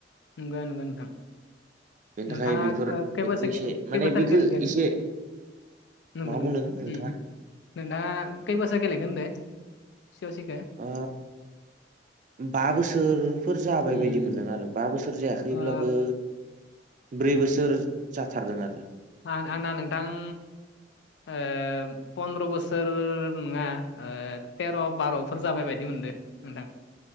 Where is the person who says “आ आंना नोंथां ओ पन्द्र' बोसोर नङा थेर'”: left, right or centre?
Left